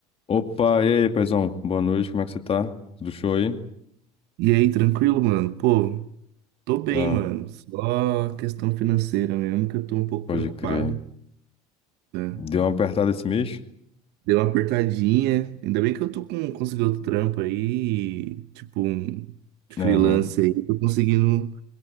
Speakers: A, on the left; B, on the right.
A: Opa, e aí, paizão? Boa noite, como é que você tá? Tudo show aí?
B: E aí, tranquilo, mano? Pô, tô bem,
A: Ah,
B: mano. Só questão financeira mesmo, que eu tô um pouco
A: pode
B: preocupado,
A: crer.
B: né?
A: Deu uma apertada esse mês?
B: Deu uma apertadinha. Ainda bem que eu tô com, consegui outro trampo aí, tipo, um freelance
A: Aham.
B: aí. Tô conseguindo